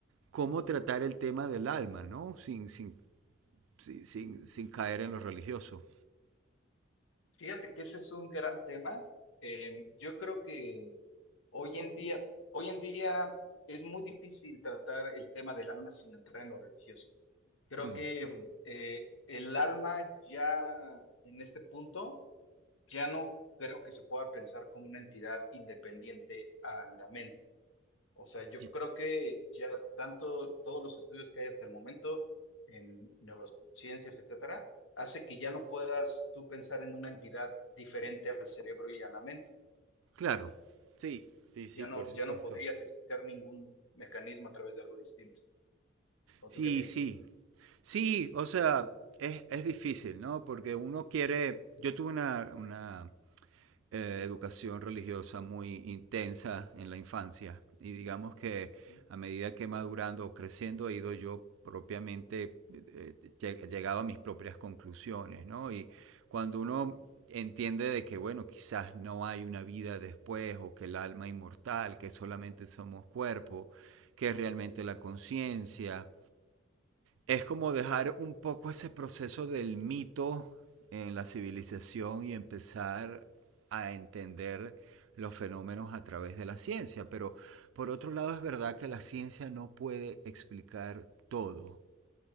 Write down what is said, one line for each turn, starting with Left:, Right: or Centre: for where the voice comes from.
Right: ¿cómo tratar el tema del alma, ¿no? Sin, sin sin, sin, sin caer en lo religioso.
Left: Fíjate que ese es un gran tema. Eh, yo creo que hoy en día, hoy en día es muy difícil tratar el tema del alma sin entrar en lo religioso. Creo
Right: Mm.
Left: que eh, el alma ya en este punto ya no creo que se pueda pensar como una entidad independiente a la mente. O sea, yo
Right: Y-
Left: creo que ya tanto todos los estudios que hay hasta el momento en neurociencias, etcétera, hace que ya no puedas tú pensar en una entidad diferente al cerebro y a la mente.
Right: Claro. Sí, sí,
Left: Ya
Right: sí, por
Left: no,
Right: supuesto.
Left: ya no podrías explicar ningún mecanismo a través de algo distinto. ¿O
Right: Sí,
Left: tú qué piensas?
Right: sí. Sí, o sea, es, es difícil, ¿no? Porque uno quiere... Yo tuve una, una eh, educación religiosa muy intensa en la infancia y digamos que
Left: Ujú.
Right: a medida que madurando o creciendo he ido yo propiamente eh, lleg- llegado a mis propias conclusiones, ¿no? Y cuando uno entiende de que, bueno, quizás no hay una vida después o que el alma inmortal, que solamente somos cuerpo, que es realmente la conciencia, es como dejar un poco ese proceso del mito en la civilización y empezar a entender los fenómenos a través de la ciencia. Pero por otro lado es verdad que la ciencia no puede explicar todo.